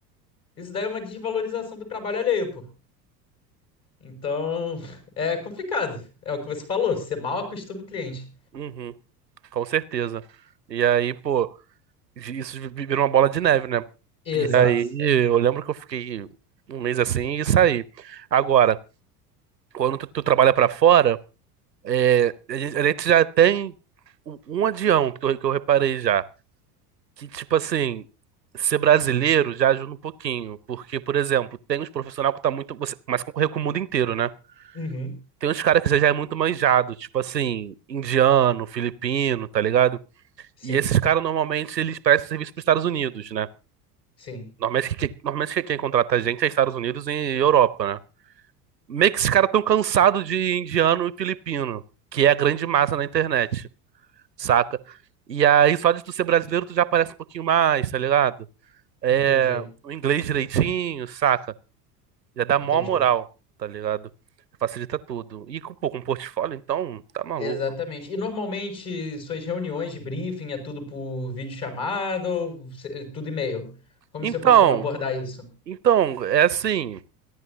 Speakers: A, on the left (about 45°); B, on the right (about 85°).
A: Isso daí é uma desvalorização do trabalho alheio, pô. Então, <laughs> é complicado. É o que você falou, você mal acostuma o cliente.
B: uhum, com certeza. E aí, pô, isso vi- virou uma bola de neve, né?
A: Exato.
B: E aí, eu lembro que eu fiquei um mês assim e saí. Agora, quando tu, tu trabalha pra fora, é, a gente, a gente já tem um um adião que eu, que eu reparei já. que, tipo assim, ser brasileiro já ajuda um pouquinho. Porque, por exemplo, tem uns profissionais que tá muito. Você começa a concorrer com o mundo inteiro, né?
A: Uhum.
B: Tem uns caras que já já é muito manjado, tipo assim, indiano, filipino, tá ligado?
A: Sim,
B: E esses caras normalmente eles prestam serviço pros Estados Unidos, né?
A: sim.
B: Normalmente, que- normalmente quem contrata a gente é Estados Unidos e Europa, né? Meio que esses caras tão cansados de indiano e filipino, que é a grande massa na internet, saca? E aí, só de tu ser brasileiro, tu já aparece um pouquinho mais, tá ligado? é,
A: Entendi,
B: o inglês direitinho, saca? Já dá
A: entendi.
B: mó moral, tá ligado? Facilita tudo. E com, pô, com portfólio, então, tá maluco.
A: Exatamente. E normalmente suas reuniões de briefing é tudo por videochamada ou cê- tudo e-mail? Como
B: Então,
A: você costuma abordar isso?
B: então, é assim,